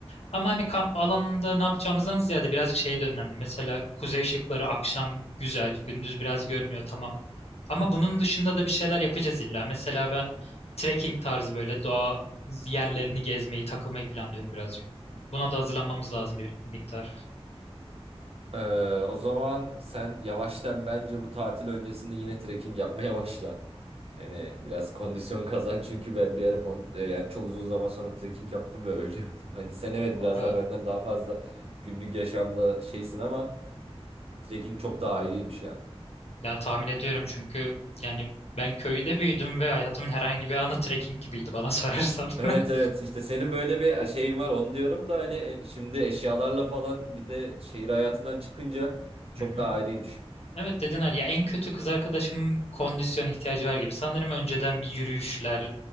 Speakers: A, on the left (about 75°); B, on the right (about 70°).
A: Ama hani kamp alanında ne yapacağımızdan ziyade birazcık şey de önemli. Mesela kuzey ışıkları akşam güzel, gündüz biraz görünüyor tamam. Ama bunun dışında da bir şeyler yapacağız illa. Mesela ben trekking tarzı böyle doğa yerlerini gezmeyi, takılmayı planlıyorum birazcık. Buna da hazırlanmamız lazım bir miktar.
B: e, o zaman sen yavaştan bence bu tatil öncesinde yine trekking yapmaya başla. Hani biraz kondisyon <laughs> kazan çünkü ben bir ara kon- e, yani çok uzun zaman sonra trekking yaptım ve <laughs> ölüyordum. Hani sen evet biraz
A: Oha.
B: daha benden daha fazla günlük yaşamda şeysin ama trekking çok daha ayrıymış ya.
A: Ya tahmin ediyorum çünkü yani ben köyde büyüdüm ve hayatımın herhangi bir anı trekking gibiydi bana sorarsan.
B: Evet
A: <laughs>
B: evet işte senin böyle bir şeyin var onu diyorum da hani e, şimdi eşyalarla falan bir de şehir hayatından çıkınca çok
A: Hı hı.
B: daha ayrıymış.
A: Evet dediler ya en kötü kız arkadaşımın kondisyon ihtiyacı var gibi. Sanırım önceden bir yürüyüşler,